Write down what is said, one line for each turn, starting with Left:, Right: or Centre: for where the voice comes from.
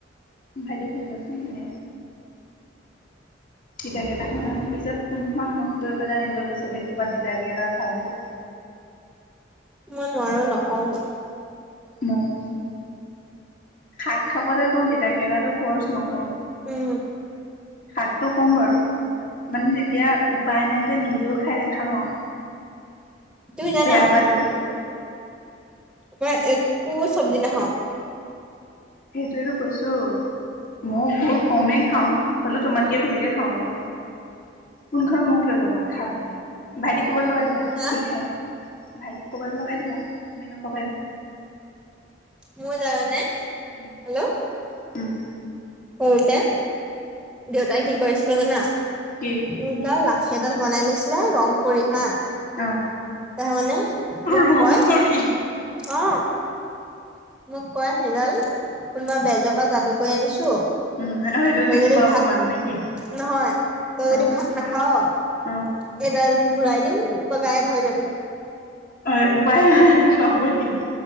Left: ভাইটিক সুজিবাচোন মানে তিতাকেইটা খ পিছত কোনখন মুখ লৈ পেলাই নিজৰ ল'ৰা ছোৱীক ক'ৰবাত তিতাকেৰেলা খা বুলি।
Centre: মই নোৱাৰো নকও মই।
Left: ম শাক খাপতে কম তিতাকেলা তো ফৰ্চ নকৰো।
Centre: উম,
Left: শাকটো ক'ম বাৰু মানে তেতিয়া উপায় নাই যে নিজেও খাইে খাম আৰু।
Centre: তুমি জানা
Left: বেয়া পালো।
Centre: মই একো চব্জি নাখাও।
Left: সেইটোৱেটো কৈছো। মই বহুত কমেই খাও হলেও তোমাতকে বেছিকে খাও বাও। কোনখন মুখ লৈ কবা খা বুলি ভাইটি ক'বলৈ লগায় দিব।
Centre: হা
Left: কি খাই ভাইটিক কবলে লগাই দিবা তুমি নকবা এক
Centre: মোৰ জানানে
Left: উম-উম।
Centre: হেল্ল' সৰুতে দেউতাই কি কৰিছিলে জানা?
Left: কি?
Centre: উম, তাল লাঠী এডাল বনাই লৈছিলে ৰং কৰি হা।
Left: অ'।
Centre: তাৰমানে মোক
Left: ৰং
Centre: কয়
Left: কৰি
Centre: অ, মোক কয়, হেডাল কোনোবা বেজৰ পৰা যাদু কৰি আনিছো।
Left: উম সেইডাল
Centre: তই
Left: দি
Centre: যদি
Left: কোবাব
Centre: ভাত
Left: মানে নে কি?
Centre: নহয় তই যদি
Left: অ',
Centre: ভাত নাখাৱ
Left: অ',
Centre: এডাল ঘূৰাই দিম, তই গায়ব হৈ যাবি।
Left: অ, এ উপায় নাই হে-হে খাবৈ লাগিব